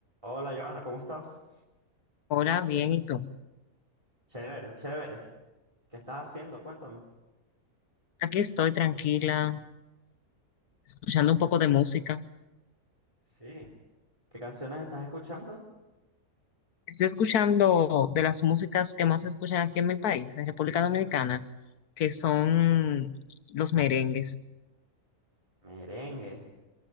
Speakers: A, on the right; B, on the left.
A: Hola, Joana, ¿cómo estás?
B: Hola, bien, ¿y tú?
A: Chévere, chévere. ¿Qué estás haciendo? Cuéntame.
B: Aquí estoy tranquila, escuchando un poco de música.
A: Sí. ¿Qué canciones estás escuchando?
B: Estoy escuchando de las músicas que más se escuchan aquí en mi país, en República Dominicana, que son los merengues.
A: Merengue.